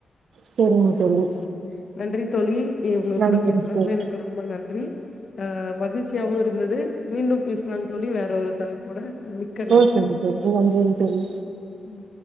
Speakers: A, on the right (about 75°); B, on the left (about 45°).
A: செரிங்க தோழி
B: ம் நன்றி தோழி இவங்க
A: நன்றிங்க
B: கூட பேசுனதுல
A: தோழி
B: எனக்கு ரொம்ப நன்றி அ மகிழ்ச்சியாவு இருந்துது மீண்டும் பேசலாம் தோழி வேற ஒரு தலைப்போட மிக்க
A: ஓகேங்க செரிங் நன்றிங் தோழி
B: ம்